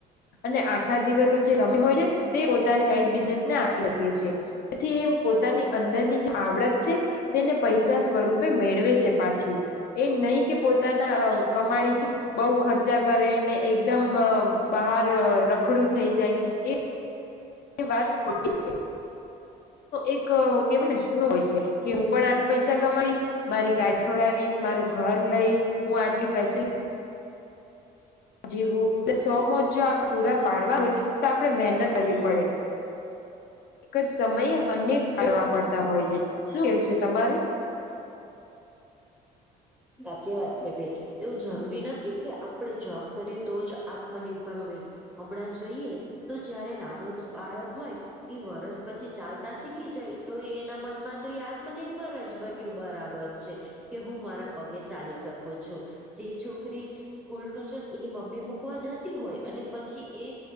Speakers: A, on the left; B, in the centre.
A: અને આખા દિવસનો જે સમય હોય છે. તે પોતાના સાઈડ બિઝનેસ ને આપી શકીએ. જેથી એ પોતાની અંદરની જે આવડત છે, તેને પૈસા સ્વરૂપ. મેળવે છે પાછી. એ નહી કે પોતાના કમાડીથી બહ ખર્ચ. ચા કરે ને. એકદમ બહાર રખડું થઈ જાય. વાત ગર્લ્સ એક. કે ને શું હોય છે? કે હું પણ આઠ પૈસા કમાવીશ. મારી ગાડ છોડાવીશ મારું. ઘર લઈ. હું આટલી ફેસિલ. જીવું. એ સો મોજ જો આપણે પૂરા પાડવા હોય તો, આપડણે મહેનત કરવી પડે. એક જ સમયે અન કરવા પડતા હોય છે. શું કેવ છે તમારું?
B: સાચી વાત છે બેન. એવું જરૂરી નથી કે, આપડે જોબ કરીએ તો જ આત્મનિર હમણાં જોઈએ તો, જયારે નાનો જ બાળક હોય એ વરસ. પછી ચાલતા શીખી જાય તો, એના મનમાં તો એ આત્મનિર્ભર જ બન્યુ બરાબર છે. કે હું મારા પગે ચાલી શકું છુ. જે છોકરી સ્કૂલ ટુશન એની મમ્મી મૂકવા જતી હોય, અને પછી એ